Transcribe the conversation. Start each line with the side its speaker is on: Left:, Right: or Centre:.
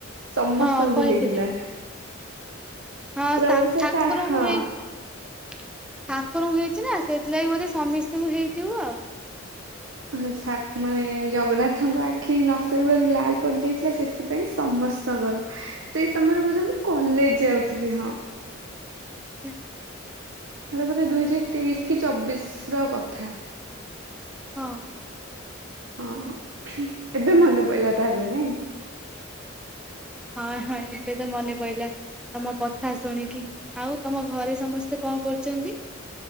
Right: ସମସ୍ତଙ୍କୁ
Centre: ହଁ କହିଥିଲି
Right: ହେଇଥିଲା।
Centre: ହଁ
Right: ପୁରା
Centre: ସା
Right: ଓଡିଶା
Centre: ଠାକୁରଙ୍କୁ
Right: ହଁ
Centre: ହେଇ ଠାକୁରଙ୍କୁ ହେଇଚି ନା ସେଇଥିଲାଗି ବୋଧେ ସମିସ୍ତିଙ୍କୁ ହେଇଥିବୁ ଆଉ।
Right: ହଁ ଠାକ୍ ମାନେ ଜଗନ୍ନାଥଙ୍କ ଆଖି ନଶୋଇବାରୁ ଲାଲ ପଡିଯାଇଥିଲା ସେ ଏଥିପାଇଁ ସମସ୍ତଙ୍କର ସେଇ ସମୟରେ ବୋଧେ ମୁଁ କଲେଜ ଯାଉଥୁଲି ହଁ।
Centre: ଆଚ୍ଛା।
Right: ଏରା ବୋଧେ ଦୁଇ ହଜାର ତେଇଶି କି ଚବିଶର କଥା।
Centre: ହଁ।
Right: ହଁ ଏବେ ମନେ ପଇଲା ତାହେଲେ ନାଇଁ।
Centre: ହଁ ହଁ ଏବେ ତ ମନେ ପଇଲା ତମ କଥା ଶୁଣିକି ଆଉ ତମ ଘରେ ସମସ୍ ତେ କଣ କରୁଚନ୍ତି?